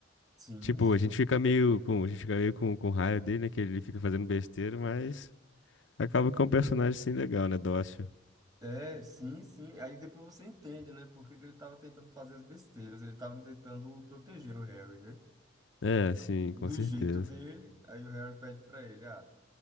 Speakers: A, on the right; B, on the left.
A: Sim,
B: Tipo,
A: sim.
B: a gente fica meio com, a gente fica meio com, com raio dele, né? Que ele fica fazendo besteira, mas acaba que é um personagem, sim, legal, né? Dócil.
A: É, sim, sim. Aí depois você entende, né? Por que que ele estava tentando fazer as besteiras. Ele estava tentando proteger o Harry, né?
B: É, sim,
A: Do
B: com certeza.
A: jeito dele, aí o Harry pede para ele, ah,